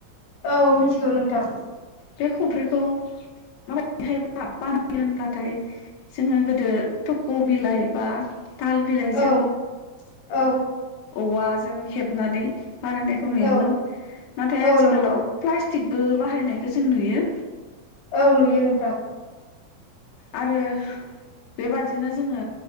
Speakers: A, on the left; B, on the left.
A: औ मिथिगौ नोंथां
B: बे खफ्रिखौ माबायदिहाय <unintelligible> होनब्लाथाय जोङो गोदो थक' बिलाइ बा ताल बिलाइजों
A: औ औ
B: औवाजों हेबनानै बानायनायखौ नुयोमोन
A: औ
B: नाथाय
A: औ
B: आथिखालाव
A: नंगौ
B: प्लास्टिकबो बाहायनायखौ जों नुयो
A: औ नुयो नोंथां
B: आरो बेबादिनो जोङो